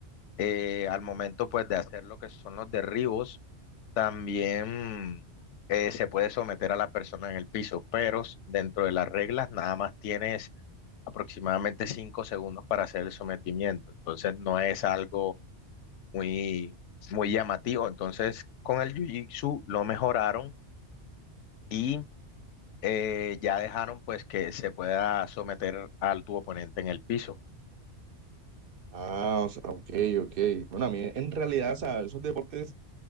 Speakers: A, on the left; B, on the right.
A: eh, al momento pues de hacer lo que son los derribos, También eh, se puede someter a la persona en el piso, pero s- dentro de las reglas nada más tienes aproximadamente cinco segundos para hacer el sometimiento. Entonces no es algo muy, muy llamativo. Entonces con el Jiu-Jitsu lo mejoraron y eh, ya dejaron pues que se pueda someter al tu oponente en el piso.
B: Ah, o sea, ok, ok. Bueno, a mí en realidad, o sea, esos deportes